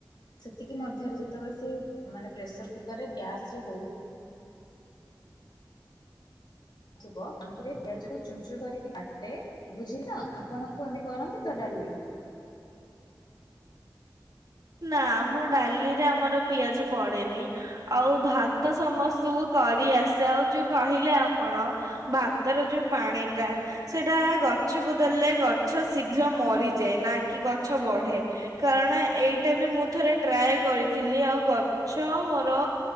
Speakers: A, on the left; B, on the right.
A: ସେତିକି ମଧ୍ୟରେ ଯେତେବେଳେ ସେ ମାନେ ପ୍ରେସର କୁକରରେ ଗ୍ୟାସରେ ହଉ ଥିବ ପନିକିରେ ପିଆଜ କୁ ଚୁନ୍ ଚୁନ୍ କରିକି କାଟେ ବୁଝିଲ ଆପଣଙ୍କୁ ଏମିତି କରନ୍ତି ତ ଡାଲି?
B: ନା ମ ଡାଲିରେ ଆମର ପିଆଜ ପଡେନି ଆଉ ଭାତ ସମସ୍ତଙ୍କୁ କଡିଆସେ ଆଉ ଯୋଉ କହିଲେ ଆପଣ! ଭାତର ଯୋଉ ପାଣି ଟା ସେଟା ଗଛ କୁ ଦେଲେ ଗଛ ଶୀଘ୍ର ମରିଯାଏ, ନା କି ଗଛ ବଢେ। କାରଣ ଏଇଟା ବି ମୁଁ ଥରେ ଟ୍ରାଏ କରିଥିଲି ଆଉ ଗଛ ମୋର